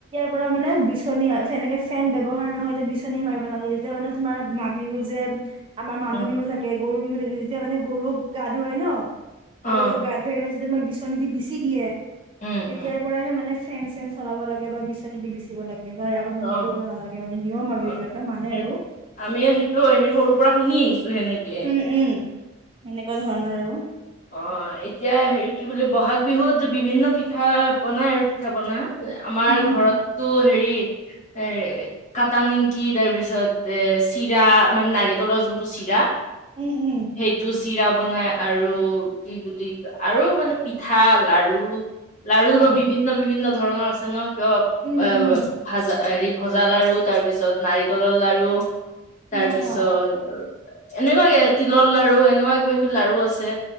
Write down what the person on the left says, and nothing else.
অ',
অ',
উম,
উম,
অ',
অ',
সেই
আমি সেইটো হেৰি সৰু পৰা শুনি আহিছো। সেনেকে।
অ এতিয়া হেৰি কি বুলিো বহাগ বিহুত বিভিন্ন পিঠা বনাই আৰু পিঠা বনা। আমাৰ
ঘৰতটো
হেৰি। এ কাটা নিংকি তাৰ পিছত এ চিৰা মানে নাৰিকলৰ যোনটো চিৰা।
<unintelligible> সেইটো চিৰা বনাই আৰু। কি বুলি কয় আৰু মানে পিঠা লাৰু লাৰুৰো
বিভিন্ন বিভিন্ন। ধৰণৰ আছে ন কিয় অ
ভাজা হেৰি। ভজা লাৰু তাৰপিছত নাৰিকলৰ লাৰু
তাৰপিছত।
এনেকুৱাকে তিলৰ লাৰ়ু এনেকুৱা কিবা কিবি লাড়ু আছে।